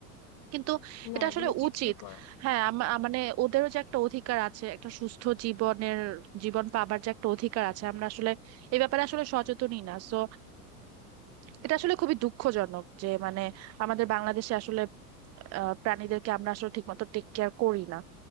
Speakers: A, on the right; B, on the left.
A: কিন্তু
B: না
A: এটা
B: এগুলো
A: আসলে
B: কিছুই
A: উচিত
B: করা
A: হ্যাঁ আম- আ- মানে ওদেরও যে একটা অধিকার আছে একটা সুস্থ জীবনের জীবন পাবার যে একটা অধিকার আছে আমরা আসলে এই ব্যাপারে আসলে সচেতনই না সো এটা আসলে খুবই দুঃখজনক যে মানে আমাদের বাংলাদেশে আসলে আহ, প্রাণীদেরকে আমরা আসলে ঠিকমতো টেক কেয়ার করি না